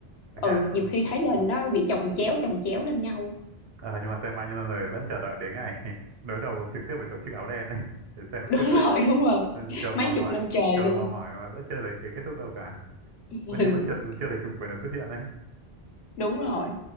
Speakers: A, on the right; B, on the left.
A: với
B: ừ
A: cả không,
B: nhiều khi
A: không.
B: thấy là nó bị chồng chéo chồng chéo lên nhau
A: Ờ, nhưng mà xem bao nhiêu năm rồi vẫn chờ đợi đến ngày <laughs> đối đầu trực tiếp với tổ chức áo đen ấy <laughs> để xem
B: <laughs> đúng
A: kết thúc.
B: rồi đúng rồi
A: Ừ, Chờ mòn
B: mấy
A: mỏi,
B: chục năm trời
A: chờ
B: luôn
A: mòn mỏi mà vẫn chưa thấy cái kết thúc đâu cả.
B: <laughs>
A: Vẫn chưa vẫn chưa chưa thấy trùng quyền nó xuất hiện đấy.
B: đúng rồi